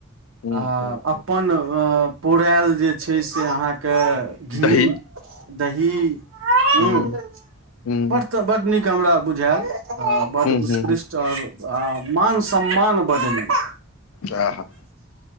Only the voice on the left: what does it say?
हुँ
हुँ हुँ
दही
हुँ हुँ
हुँ
हुँ
आहा